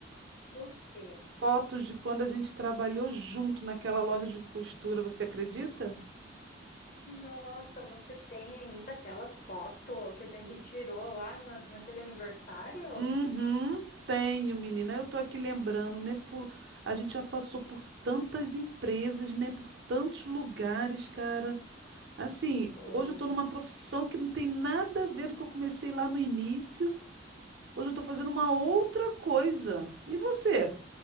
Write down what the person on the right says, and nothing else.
Fotos de quando a gente trabalhou junto naquela loja de costura, você acredita?
Me-
Uhum, tenho, menina. Eu tô aqui lembrando, né? Por... A gente já passou por tantas empresas, né? Por tantos lugares, cara. Assim,
hoje eu estou numa profissão que não tem nada a ver do que eu comecei lá no início. Hoje eu estou fazendo uma outra coisa. E você?